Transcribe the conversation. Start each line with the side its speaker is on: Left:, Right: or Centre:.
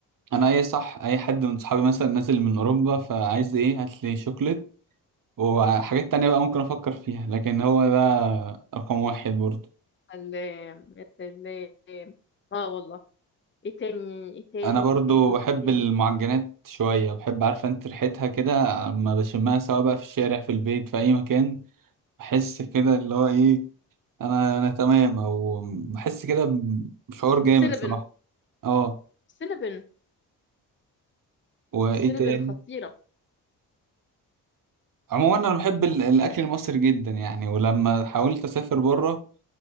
Right: انا اي صح اي حد من صحابي مثلا نازل من اوروبا فعايز ايه هات لي شوكليت وحاجات تانية بقى ممكن افكر فيها لكن هو ده رقم واحد برضو
Left: ال... ال... اه والله ايه تاني ايه تاني
Right: انا برضو
Left: ايه تاني
Right: بحب
Left: ايه تاني
Right: المعجنات شويه بحب عارفه انت ريحتها كده اما بشمها سواء بقى في الشارع في البيت في اي مكان بحس كده اللي هو ايه انا انا تمام او بحس كده بشعور
Left: السينابن
Right: جامد صراحه اه
Left: السينابن
Right: وايه
Left: السينابن
Right: تاني
Left: خطيره
Right: عموما انا بحب ال- الاكل المصري جدا يعني ولما حاولت اسافر بره